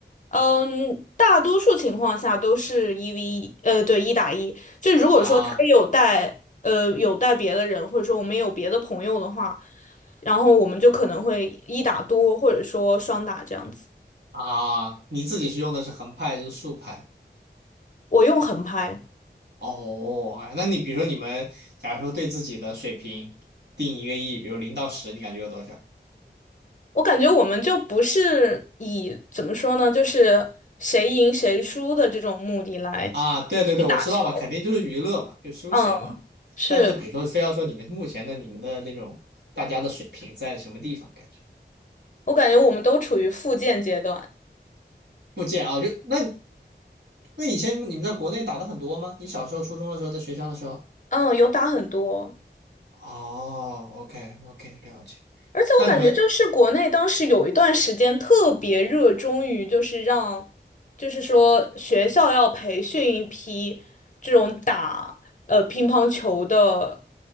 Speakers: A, on the left; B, on the right.
A: 嗯，大多数情况下都是一 v 一，呃，对，一打一。就如果说他有带，
B: 啊
A: 呃，有带别的人，或者说我们有别的朋友的话，然后我们就可能会一打多，或者说双打这样子。
B: 啊，你自己是用的是横拍还是竖拍？
A: 我用横拍，
B: 哦，OK，那你比如说你们，假如说对自己的水平定一个亿，比如零到十，你感觉有多少？
A: 我感觉我们就不是以怎么说呢，就是谁赢谁输的这种目的来
B: 啊，对对对，
A: 去打球。
B: 我知道嘛，肯定就是娱乐嘛，就休闲嘛。
A: 嗯，是，
B: 但是比如说，非要说你们目前的你们的那种大家的水平在什么地方，感觉
A: 我感觉我们都处于复健阶段。
B: 不见啊，就那那以前你们在国内打的很多吗？你小时候初中的时候，在学校的时候？
A: 嗯，有打很多。
B: 哦，OK OK，了解。
A: 而且我感觉就是国内当时有一段时间特别热衷于，
B: 那你们
A: 就是让，就是说学校要培训一批这种打呃乒乓球的